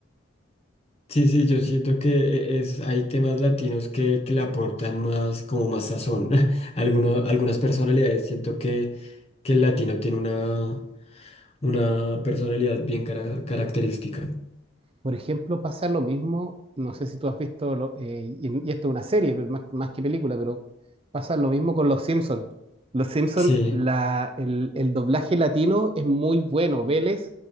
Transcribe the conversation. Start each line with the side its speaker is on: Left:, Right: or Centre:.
Left: sí, sí, yo siento que eh, es, hay temas latinos que, que le aportan más, como más sazón. <laughs> Alguno- algunas personalidades, siento que, que el latino tiene una, una personalidad bien cara- característica.
Right: Por ejemplo, pasa lo mismo, no sé si tú has visto, lo- eh, y, y esto es una serie, pero más, más que película, pero pasa lo mismo con Los Simpsons. Los Simpsons,
Left: Sí.
Right: la, el, el doblaje latino es muy bueno. Vélez,